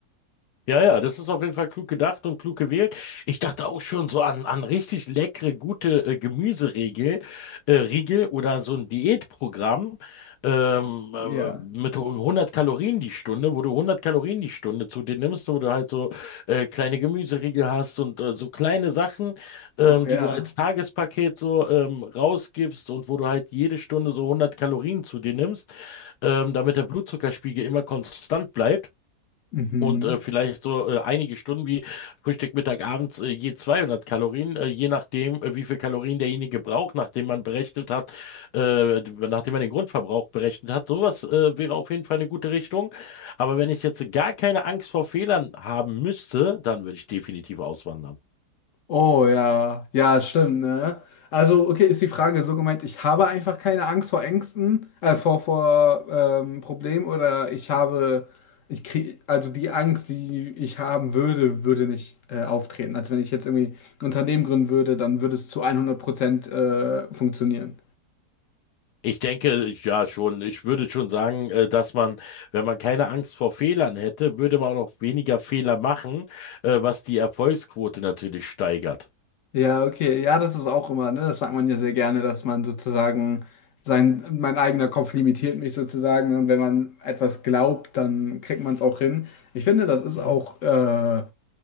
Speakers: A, on the left; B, on the left.
A: Ja, ja, das ist auf jeden Fall klug gedacht und klug gewählt. Ich dachte auch schon so an, an richtig leckere, gute äh, Gemüseriegel, äh, Riegel oder so ein Diätprogramm ähm, äh,
B: Ja.
A: mit 100 Kalorien die Stunde, wo du 100 Kalorien die Stunde zu dir nimmst, wo du halt so äh, kleine Gemüseriegel hast und äh, so kleine Sachen, ähm,
B: Oh ja.
A: die du als Tagespaket so ähm, rausgibst und wo du halt jede Stunde so 100 Kalorien zu dir nimmst, ähm, damit der Blutzuckerspiegel immer konstant bleibt.
B: Mhm.
A: Und äh, vielleicht so äh, einige Stunden wie Frühstück, Mittag, Abends äh, je 200 Kalorien, äh, je nachdem, äh, wie viel Kalorien derjenige braucht, nachdem man berechnet hat, äh, nachdem man den Grundverbrauch berechnet hat. Sowas äh, wäre auf jeden Fall eine gute Richtung. Aber wenn ich jetzt gar keine Angst vor Fehlern haben müsste, dann würde ich definitiv auswandern.
B: Oh ja, ja, stimmt, ne? Also, okay, ist die Frage so gemeint, ich habe einfach keine Angst vor Ängsten, äh, vor, vor ähm, Problemen oder ich habe, ich krieg, also die Angst, die ich haben würde, würde nicht äh, auftreten. Als wenn ich jetzt irgendwie ein Unternehmen gründen würde, dann würde es zu 100% äh, funktionieren.
A: Ich denke, ich- ja schon, ich würde schon sagen, äh, dass man, wenn man keine Angst vor Fehlern hätte, würde man auch weniger Fehler machen, äh, was die Erfolgsquote natürlich steigert.
B: Ja, okay. Ja, das ist auch immer, ne? Das sagt man ja sehr gerne, dass man sozusagen sein, mein eigener Kopf limitiert mich sozusagen. Und wenn man etwas glaubt, dann kriegt man es auch hin. Ich finde, das ist Mhm. auch äh, in